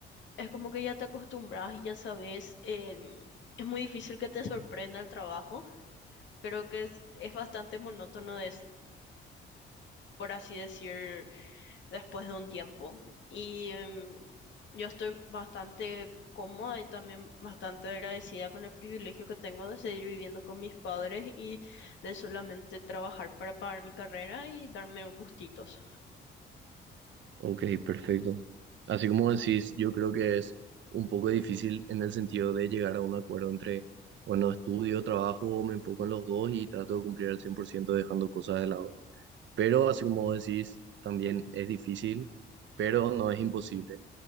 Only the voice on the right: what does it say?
Ok, perfecto. Así como decís, yo creo que es un poco difícil en el sentido de llegar a un acuerdo entre, bueno, estudio, trabajo, me enfoco en los dos y trato de cumplir al 100% dejando cosas de lado. Pero así como vos decís, también es difícil, pero no es imposible.